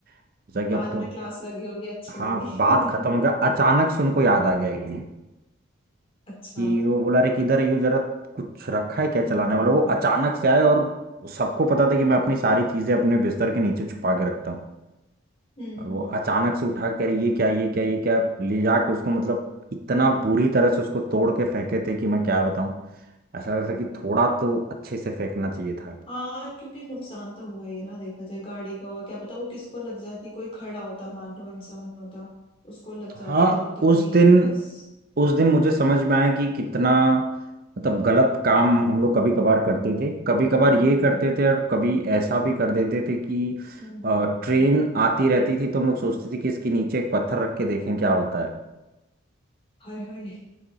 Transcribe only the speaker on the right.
सोचा कि
अब तो
हाँ
बात
खत्म हो गया अचानक से उनको याद आ गया एक दिन
कि वो बोला रे किधर है यू जरा कुछ रखा है क्या
चलाने वाला
वो
अचानक से आए और सबको पता था कि मैं अपनी सारी चीजें अपने बिस्तर के नीचे छुपा के रखता हूँ
और वो
अचानक से उठा कर ये क्या ये क्या ये क्या ले जाके उसको मतलब इतना बुरी तरह से उसको तोड़ के फेंके थे कि मैं क्या बताऊँ ऐसा लगता
था कि थोड़ा तो अच्छे से फेंकना चाहिए था
हाँ
उस
दिन
उस दिन मुझे समझ में आया कि कितना मतलब गलत काम हम लोग कभी कभार करते थे कभी कभार
ये करते थे और कभी ऐसा भी कर देते थे कि
अ,
ट्रेन
आती रहती थी तो हम लोग सोचते थे कि इसके नीचे एक पत्थर रख के देखें क्या होता है